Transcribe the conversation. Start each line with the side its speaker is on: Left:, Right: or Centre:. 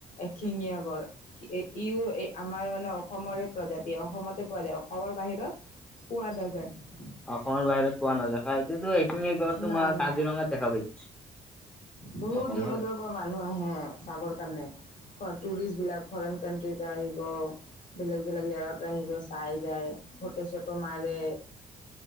Left: এশিঙীয়া গড়, ইও এই আমাৰ মানে অসমৰে প্ৰজাতি অসমতে পোৱা যায়। অসমৰ বাহিৰত পোৱা নাযায়।
Centre: অসমৰ বাহিৰত পোৱা নাযায় হয়। কিন্তু এশিঙীয়া গড় তোমাৰ
Left: না না
Centre: কাজিৰঙাত দেখা পাইছো।
Left: বহুত
Centre: অসমৰ
Left: দূৰৰ দূৰৰ পৰা মানুহ আহে চাবৰ কাৰণে। টুৰিষ্ট বিলাক ফৰেইন কানণ্ট্ৰিৰ পৰা আহি বেলেগ বেলেগ জোগাৰ পৰা আহিব, চাই যায়, ফটো-চটো মাৰে,